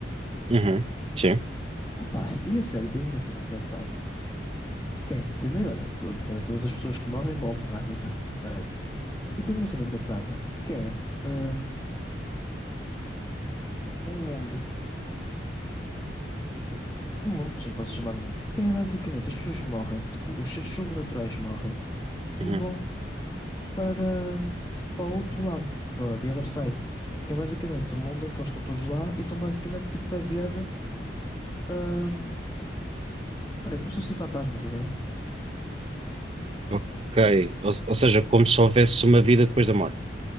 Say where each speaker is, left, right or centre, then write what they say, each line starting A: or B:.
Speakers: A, on the right; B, on the left.
A: Uhum. Sim.
B: Opa, e a série tem uma cena engraçada, que é, primeiro, olha, to- para todas as pessoas que morrem voltam à vida, parece. E tem uma cena engraçada, que é hum, um mundo. Quer dizer, um mundo, sim, pode ser chamado mundo, que é basicamente as pessoas morrem, tipo, os seres sobrenaturais morrem
A: Uhum.
B: e vão para, para outro lado, para the other side, que é basicamente o mundo em que eles estão todos lá e estão basicamente tipo a ver. hum, mano, é como se fossem fantasmas, estás a ver?
A: Ok. Ou, ou seja, como se houvesse uma vida depois da morte.